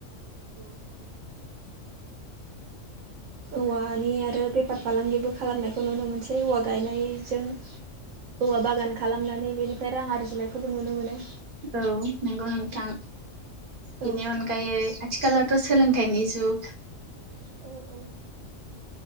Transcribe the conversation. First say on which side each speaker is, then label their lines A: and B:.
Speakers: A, on the right; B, on the right.
A: औ। औवानि आरो बेफार फालांगिबो खालामनायखौ नुनो मोनसै औवा गायनायजों। औवा बागान खालामनानै बेनिफ्राय रां आरजिनायखौबो नुनो मोनो।
B: औ नंगौ नोंथां।
A: औ
B: बेनि अनगायै आथिखालावथ' सोलोंथाइनि जुग।
A: औ औ